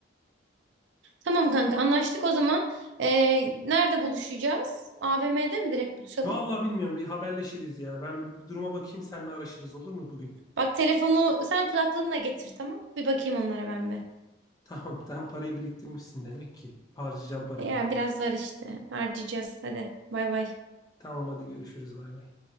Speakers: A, on the right; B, on the left.
A: Tamam kanka anlaştık o zaman. E, nerede buluşacağız? AVM'de mi direkt buluşalım?
B: Vallahi bilmiyorum bir haberleşiriz ya. Ben bir, bir duruma bakayım seninle araşırız olur mu bugün?
A: Bak telefonu sen kulaklığını da getir tamam. Bir bakayım onlara ben be.
B: <laughs> Tamam sen parayı biriktirmişsin demek ki. Harcayacağım parayı
A: Ya
B: ondan.
A: biraz var işte harcayacağız hadi bay bay.
B: Tamam hadi görüşürüz bay bay.